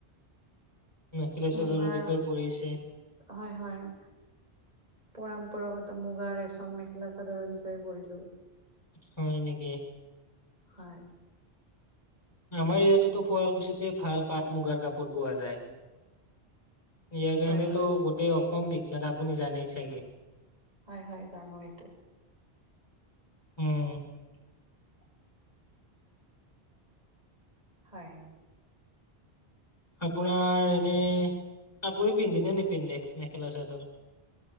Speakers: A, on the left (about 25°); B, on the right (about 40°).
A: মেখেলা চাদৰৰ
B: মুগা,
A: বিষয়ে পঢ়িছে
B: হয়-হয়। পৰম্পৰাগত মুগা ৰেচম মেখেলা চাদৰৰ বিষয়ে পঢ়িলো।
A: হয়, নেকি।
B: হয়।
A: আমাৰ ইয়াতে টো শুৱালকুছি তে ভাল পাট মুগাৰ কাপোৰ পোৱা যায়। ইয়াৰ কাৰণেটো
B: হয় হয়
A: গোটেই অসম বিখ্যাত আপুনিটো জানেই চাগে।
B: হয়-হয়, জনো এইটো।
A: উমঁ।
B: <unintelligible> হয়।
A: আপোনাৰ এনেই আপুনি পিন্ধে নে নিপিন্ধে মেখেলা চাদৰ?